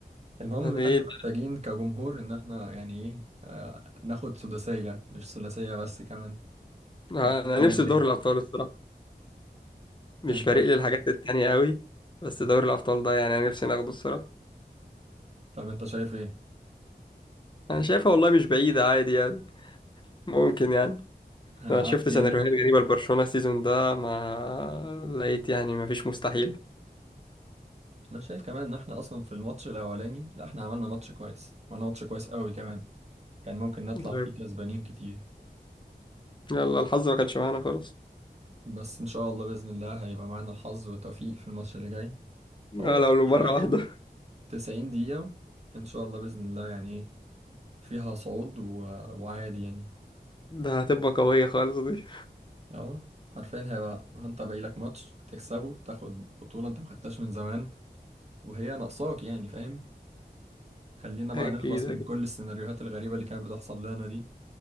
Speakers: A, on the right; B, on the left.
A: المهم
B: طب
A: ان
B: ايه
A: احنا محتاجين كجمهور ان احنا يعني ايه آه، ناخد سداسية مش ثلاثية بس كمان
B: آه،
A: انت شايف
B: انا
A: هنعمل
B: نفسي في
A: ايه؟
B: دوري الابطال الصراحة مش
A: لا، انت
B: فارق
A: شايف
B: لي الحاجات التانية قوي بس دوري الابطال ده يعني انا نفسي ناخده الصراحة
A: طب انت شايف ايه؟
B: انا شايفها والله مش بعيدة عادي يعني ممكن يعني
A: هنعدي
B: انا شفت سيناريوهات
A: يعني
B: غريبة لبرشلونة السيزون ده ما لقيت يعني ما فيش مستحيل
A: انا شايف كمان ان احنا اصلا في الماتش الاولاني لا احنا عملنا ماتش كويس عملنا ماتش كويس قوي كمان كان ممكن نطلع
B: طيب.
A: فيه كسبانين كتير
B: يلا الحظ ما كانش معانا خالص
A: بس ان شاء الله باذن الله هيبقى معانا الحظ والتوفيق في الماتش اللي جاي هو
B: آه، لو لو
A: ماتش
B: مرة
A: واحد
B: واحدة
A: 90 دقيقة ان شاء الله باذن الله يعني ايه فيها صعود و... وعادي يعني
B: ده هتبقى قوية خالص دي
A: اه حرفيا هيبقى انت باقي لك ماتش تكسبه تاخد بطولة انت ما خدتهاش من زمان وهي ناقصاك يعني فاهم خلينا بقى
B: اكيد
A: نخلص
B: اكيد
A: من كل السيناريوهات الغريبة اللي كانت بتحصل لنا دي